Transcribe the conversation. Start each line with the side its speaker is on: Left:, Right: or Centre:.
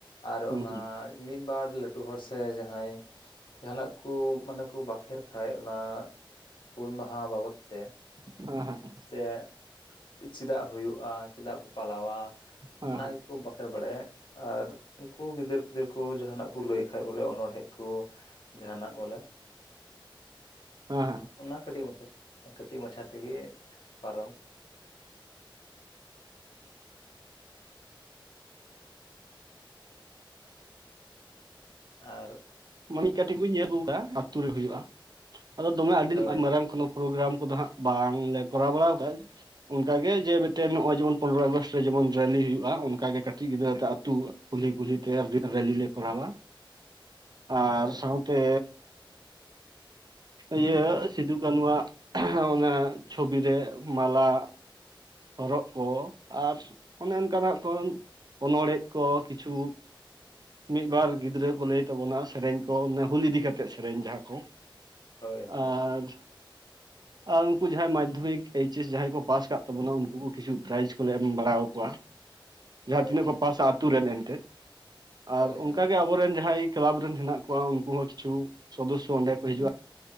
Left: ᱟᱨ
Right: ᱦᱩᱸ
Left: ᱚᱱᱟᱻᱭ ᱢᱤᱫ ᱵᱟᱨ ᱞᱟᱹᱴᱩ ᱦᱚᱲ ᱥᱮ ᱡᱟᱦᱟᱸᱭ ᱡᱟᱦᱟᱸᱟᱱᱟᱜ ᱠᱩ ᱢᱟᱱᱮ ᱠᱩ ᱵᱟᱠᱷᱮᱨ ᱠᱷᱟᱡ ᱚᱱᱟ ᱦᱩᱞ ᱢᱟᱦᱟ ᱵᱟᱵᱚᱛ ᱛᱮ,
Right: ᱦᱮᱸ ᱦᱮᱸ ᱦᱮᱸ,
Left: ᱥᱮᱜ ᱪᱮᱫᱟᱜ ᱦᱩᱭᱩᱜᱼᱟ, ᱪᱮᱫᱟᱜ ᱠᱚ ᱯᱟᱞᱟᱣᱟ
Right: ᱦᱮᱸ
Left: ᱚᱱᱟ
Right: ᱦᱮᱸ
Left: ᱜᱮᱠᱚ ᱵᱟᱠᱷᱮᱬ ᱵᱟᱲᱟᱭᱟ, ᱟᱨ ᱩᱸᱠᱩ ᱜᱤᱫᱟᱹᱨ ᱯᱤᱫᱟᱹᱨ ᱠᱚ ᱡᱟᱦᱟᱸᱱᱟᱜ ᱠᱚ ᱞᱟᱹᱭ ᱠᱷᱟᱡ ᱵᱚᱞᱮ ᱚᱱᱚᱲᱦᱮᱸᱫ ᱠᱚ, ᱡᱟᱦᱟᱸᱱᱟᱜ ᱵᱚᱞᱮ,
Right: ᱦᱟᱦᱟ ᱾
Left: ᱚᱱᱟ, ᱠᱟᱹᱴᱤᱡ ᱢᱟᱪᱷᱟ ᱛᱮ, ᱠᱟᱹᱴᱤᱡ ᱢᱟᱪᱷᱟ ᱛᱮᱜᱮ, ᱯᱟᱨᱚᱢ ᱟᱨᱻᱚ ᱾
Right: ᱢᱟᱬᱤᱡ ᱠᱟᱹᱴᱤᱡ ᱠᱩᱧ ᱧᱮᱞ ᱟᱜᱩᱣᱟᱠᱟᱜᱼᱟ, ᱟ. ᱛᱳ ᱨᱮ ᱦᱩᱭᱩᱜᱼᱟ, ᱟᱫᱚ ᱫᱚᱢᱮ ᱟᱹᱰᱤ
Left: ᱦᱳᱭ
Right: ᱢᱟᱨᱟᱝ ᱠᱷᱚᱱᱚ ᱯᱨᱳᱜᱨᱟᱢ ᱠᱚᱫᱚ ᱦᱟᱸᱜ, ᱵᱟᱝᱞᱮ ᱠᱚᱨᱟᱣ ᱵᱟᱲᱟᱣ ᱟᱠᱟᱫᱼᱟ ᱾ ᱚᱱᱠᱟ ᱜᱮ, ᱡᱮ ᱢᱤᱫᱴᱮᱱ ᱱᱚᱜᱼᱚᱭ, ᱡᱮᱢᱚᱱ ᱯᱚᱱᱨᱚᱭ ᱟᱜᱚᱥᱴ ᱨᱮ ᱡᱮᱢᱚᱱ ᱨᱮᱞᱤ ᱦᱩᱭᱩᱜᱼᱟ ᱾ ᱚᱱᱠᱟ ᱜᱮ ᱠᱟᱹᱴᱤᱡ ᱜᱤᱫᱽᱨᱟᱹ ᱛᱮ ᱟᱹᱛᱳ ᱾ ᱠᱩᱞᱦᱤ ᱠᱩᱞᱦᱤ ᱛᱮ, ᱨᱮᱞᱤ ᱞᱮ ᱠᱚᱨᱟᱣᱟ ᱾ ᱟᱨ,
Left: ᱦᱳᱭ
Right: ᱥᱟᱶᱛᱮ ᱤᱭᱟᱹ, ᱥᱤᱫᱩ ᱠᱟᱹᱱᱷᱩᱣᱟᱜ, ᱠᱷᱼᱭᱜ ᱚᱱᱟ ᱪᱷᱳᱵᱤ ᱨᱮ ᱢᱟᱞᱟ ᱦᱚᱨᱚᱜ ᱠᱚ, ᱟᱨ ᱚᱱᱮ, ᱚᱱᱠᱟ ᱱᱟᱜ ᱠᱚ ᱚᱱᱚᱲ ᱦᱮᱫ ᱠᱚ, ᱠᱤᱪᱷᱩ ᱢᱤᱫᱵᱟᱨ ᱜᱤᱫᱽᱨᱟᱹ ᱠᱚ, ᱞᱟᱹᱭ ᱛᱟᱵᱚᱱᱟ ᱥᱮᱨᱮᱧ ᱠᱚ, ᱚᱱᱮ ᱦᱩᱞ ᱤᱫᱤ ᱠᱟᱛᱮᱜ, ᱥᱮᱨᱮᱧ ᱡᱟᱦᱟᱸ ᱠᱚ ᱾
Left: ᱦᱳᱭ ᱦᱳᱭ
Right: ᱟᱨ ᱟᱨ, ᱩᱱᱠᱩ ᱡᱟᱦᱟᱸᱭ ᱢᱟᱫᱽᱫᱷᱚᱢᱤᱠ ᱟ ᱮᱭᱤᱪ ᱮᱥ ᱡᱟᱦᱟᱸᱭ ᱠᱚ, ᱯᱟᱥ ᱟᱠᱟᱫ ᱛᱟᱵᱚᱱᱟ, ᱩᱱᱠᱩ ᱠᱚ ᱠᱤᱪᱷᱩ ᱯᱨᱟᱭᱤᱡᱽ ᱠᱚᱞᱮ, ᱮᱢ ᱵᱟᱲᱟ ᱟᱠᱚᱣᱟ ᱾
Left: ᱦᱳᱭ
Right: ᱡᱟᱦᱟᱸ ᱛᱤᱱᱟᱹᱜ
Left: ᱦᱳᱭ
Right: ᱠᱚ, ᱯᱟᱥᱟ ᱟᱛᱳ ᱨᱮᱱ ᱮᱱᱛᱮᱫ, ᱟᱨ
Left: ᱦᱳᱭ ᱦᱳᱭ
Right: ᱚᱱᱠᱟ ᱜᱮ ᱟᱵᱚ ᱨᱮᱱ ᱡᱟᱦᱟᱸᱭ ᱠᱮᱞᱟᱵ ᱨᱮᱱ ᱦᱮᱱᱟᱜ ᱠᱚᱣᱟ, ᱩᱱᱠᱩ ᱦᱚᱸ ᱠᱤᱪᱷᱩ ᱥᱚᱫᱚᱥᱥᱚ ᱚᱸᱰᱮ ᱠᱚ, ᱦᱤᱡᱩᱜᱼᱟ ᱾